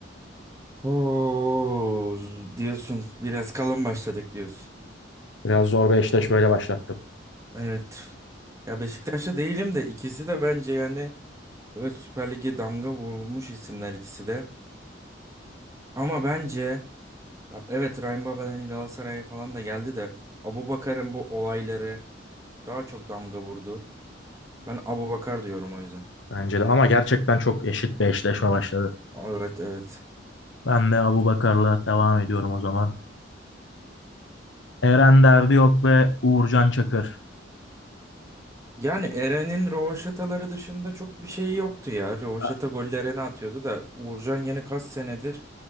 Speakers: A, on the right (about 15°); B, on the left (about 70°).
A: Oo, diyorsun biraz kalın başladık diyorsun.
B: Biraz zor bir eşleşmeyle başlattım.
A: Evet. Ya Beşiktaş'ta değilim de ikisi de bence yani evet Süper Lig'e damga vurulmuş isimler ikisi de. Ama bence ya evet Rahim Baba'nın Galatasaray'a falan da geldi de Abubakar'ın bu olayları daha çok damga vurdu. Ben Abubakar diyorum o yüzden.
B: Bence de ama gerçekten çok eşit bir eşleşme başladı.
A: Evet evet.
B: Ben de Abubakar'la devam ediyorum o zaman. Eren Derdi yok ve Uğurcan Çakır.
A: Yani Eren'in rövaşataları dışında çok bir şey yoktu ya. Rövaşata
B: A-
A: gollerini atıyordu da Uğurcan yine kaç senedir